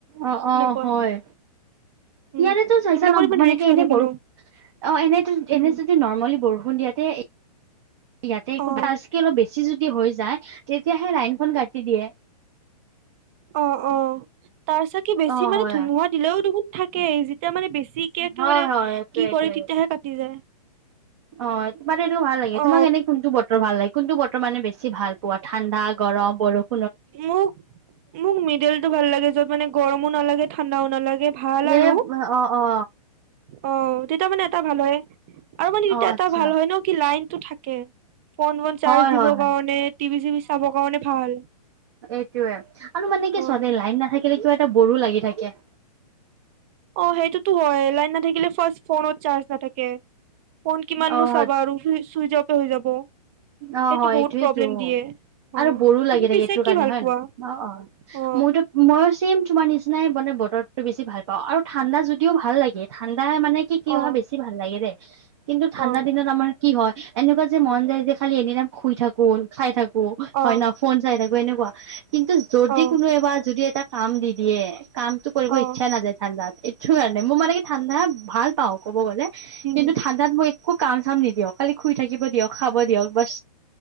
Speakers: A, on the right; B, on the right.
A: অ',
B: সেনেকুৱা
A: অ', হয়
B: উম
A: ইয়াৰেতো চাইছা
B: সেইবিলাকৰ
A: ন
B: ইমান
A: মানে
B: ৰিস্ক
A: কি
B: নাথাকে
A: এনে বৰষ
B: ন
A: অ, এনেটো
B: উম
A: এনে যদি নৰ্মেলি বৰষুণ দিয়াতে ইয়াতে একো
B: অ
A: ফাছ কে অলপ বেছি যদি হৈ যায় তেতিয়াহে লাইন খন কাটি দিয়ে।
B: অ' অ' তাৰ চাগে বেছি
A: অ'
B: মানে
A: হয়।
B: ধুমুহা দিলেও দেখোন থাকে, যেতিয়া মানে বেছি কে একেবাৰে
A: হয় হয়
B: কি
A: এইটোৱে এইটোৱে।
B: কৰে তেতিয়াহে কাটি যায়।
A: অ মানে এইটো ভাল লাগে
B: অ
A: তোমাক এনে কোনটো বতৰ ভাল লাগে? কোনতো বতৰ মানে বেছি ভাল পোৱা ঠাণ্ডা, গৰম বৰষ
B: মোক মোক মিডিলতটো ভাল লাগে য'ত মানে গৰমো নালাগে ঠাণ্ডাও নালাগে। ভাল আৰু
A: এ অ' অ'
B: অ, তেতিয়া মানে এটা ভাল হয়। আৰু মানে এতিয়া
A: অ' আচ্ছা।
B: এটা ভাল হয় ন কি লাইনতটো থাকে। ফোন, বন চাৰ্জ
A: হয়
B: দিবৰ
A: হয় হয়।
B: কাৰণে টিভি চিভি চাবৰ কাৰণে ভাল।
A: এইটোৱে আৰু মানে, কি
B: অ
A: চোৱা দেই লাইন নাথাকিলে কিবা এটা বড়ো লাগি থাকে।
B: অ সেইটোতো হয়, লাইন নথাকিলে ফাৰ্ষ্ট ফোনত চাৰ্জ নাথাকে। ফোন কিমাননো
A: অ' হয়।
B: চাবা আৰু চুইচ অপে হৈ যাব।
A: অ,
B: সেইটো
A: হয়
B: বহুত
A: এইটোয়েতো।
B: প্ৰব্লেম দিয়ে অ
A: আৰু বড়ো
B: তুমি
A: লাগি থাকে
B: পিছে
A: এইটো
B: কি
A: কাৰণে
B: ভাল
A: হয়,
B: পোৱা
A: অ অ
B: অ
A: মোৰতো মইও চেইম তোমাৰ নিচিনাই মানে বতৰটো বেছি ভাল পাওঁ, আৰু ঠাণ্ডা যদিও ভাল লাগে ঠাণ্ডা মানে কি কি
B: অ
A: হয় বেছি ভাল লাগে দেই, কিন্তু ঠাণ্ডা
B: অ
A: দিনত আমাৰ কি হয় এনেকুৱা যে মন যায় যে খালি এনি টাইম শুই থাকো, খাই থাকো,
B: অ
A: হয় ন ফোন চাই থাকো এনেকুৱা। কিন্তু যদি
B: অ
A: কোনো এবাৰ যদি এটা কাম দি দিয়ে, কামটো কৰিব
B: অ
A: ইচ্ছা নাযায়। ঠাণ্ডাত এইটো কাৰণে মোৰ মানে কি ঠাণ্ডা ভাল পাওঁ ক'ব গ'লে।
B: উম।
A: তাত মই একো কাম চাম নিদিয়ক, খালি শুই থাকিব দিয়ক, খাব দিয়ক। বাছ,